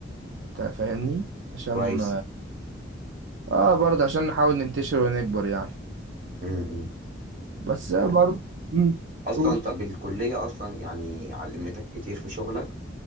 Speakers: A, on the right; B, on the right.
A: انت فاهمني عشان
B: كويس
A: اه برضه عشان نحاول ننتشر ونكبر يعني
B: م- م.
A: بس آه، برضه مم،
B: اصلا
A: قول
B: طب الكلية اصلا يعني علمتك كتير في شغلك